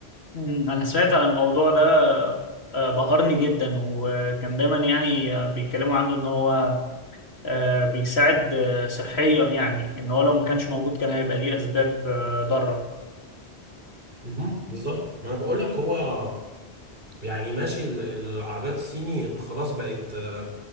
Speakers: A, on the left; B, on the right.
A: مم، أنا سمعت عن الموضوع ده آه، آه، بهرني جدا وكان دايما يعني آه، بيتكلموا عنه إن هو آه، بيساعد آه، صحيا يعني إن هو لو ما كانش موجود كان هيبقى ليه أسباب آه، ضارة
B: مهم. بالظبط ما انا بقول لك هو يعني ماشي ال- العربيات الصيني خلاص بقت آه،